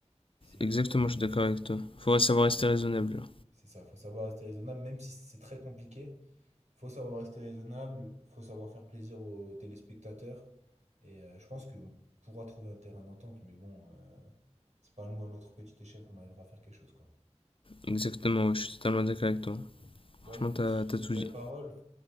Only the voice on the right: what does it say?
c'est
que euh,
c'est ça. Faut savoir rester raisonnable, même si c'est très compliqué. Faut savoir rester raisonnable, faut savoir faire plaisir aux téléspectateurs. Et euh, je pense qu'on pourra trouver un terrain d'entente, mais bon, euh, c'est pas nous à notre petite échelle qu'on arrivera à faire quelque chose, quoi.
Bon,
écoute,
sur
ces
belles
paroles.